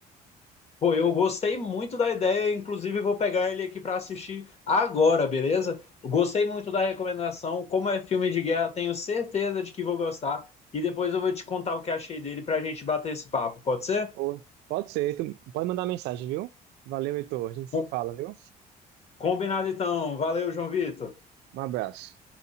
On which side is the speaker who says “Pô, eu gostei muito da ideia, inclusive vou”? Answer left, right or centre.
Left